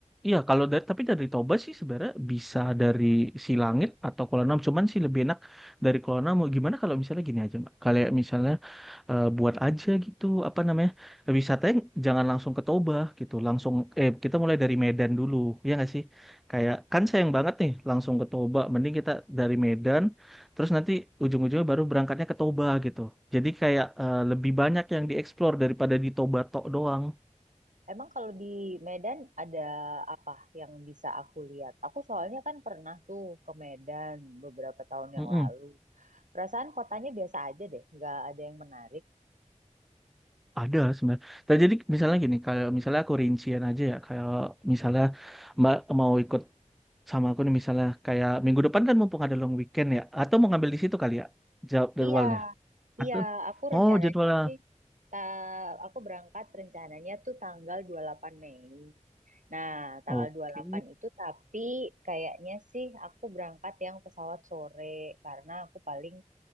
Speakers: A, in the centre; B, on the right.
A: iya, kalau dari tapi dari Toba sih sebenarnya bisa dari Silangit atau Kuala Namu. Cuman sih lebih enak dari Kuala Namu. Gimana kalau misalnya gini aja Mbak? Kalau misalnya eh, buat aja gitu apa namanya wisatanya jangan langsung ke Toba gitu langsung eh kita mulai dari Medan dulu ya nggak sih kayak kan sayang banget nih langsung ke Toba mending kita dari Medan terus nanti ujung-ujungnya baru berangkatnya ke Toba gitu jadi kayak eh, lebih banyak yang dieksplor daripada di Toba tok doang
B: Emang kalau di Medan ada apa yang bisa aku lihat? Aku soalnya kan pernah tuh ke Medan beberapa tahun
A: Mm-mm.
B: yang lalu. Perasaan kotanya biasa aja deh, nggak ada yang menarik.
A: Ada sebenarnya. Nah jadi misalnya gini, kalau misalnya aku rincian aja ya, kalau misalnya Mbak mau ikut sama aku nih misalnya kayak minggu depan kan mumpung ada long weekend ya atau mau ngambil di situ kali ya jawab jadwalnya
B: Iya, iya,
A: atau
B: aku
A: oh
B: rencananya
A: jadwalnya
B: sih, ta aku berangkat rencananya tuh tanggal 28 Mei. Nah, tanggal
A: oke
B: 28 itu tapi kayaknya sih aku berangkat yang pesawat sore karena aku paling